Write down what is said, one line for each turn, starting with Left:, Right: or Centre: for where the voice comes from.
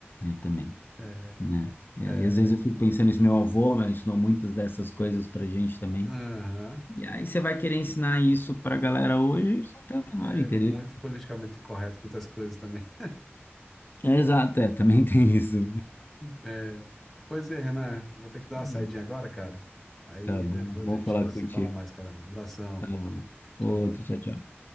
Left: eu também,
Centre: É,
Left: né? E
Centre: é.
Left: aí, às vezes eu fico pensando isso, meu avô né, ensinou muitas dessas coisas pra gente também.
Centre: Aham.
Left: E aí você vai querer ensinar isso pra galera hoje, eles não têm o menor
Centre: É
Left: interesse.
Centre: muito politicamente incorreto, muitas coisas também.
Left: É, exato, é, também tem isso.
Centre: É, pois é, Renan, vou ter que dar
Left: <laughs>
Centre: uma saidinha agora, cara. Aí
Left: Tá bom,
Centre: depois
Left: bom
Centre: a gente
Left: falar
Centre: se
Left: contigo.
Centre: fala mais, cara. Abração.
Left: Tá bom. Outro,
Centre: Tchau.
Left: tchau, tchau.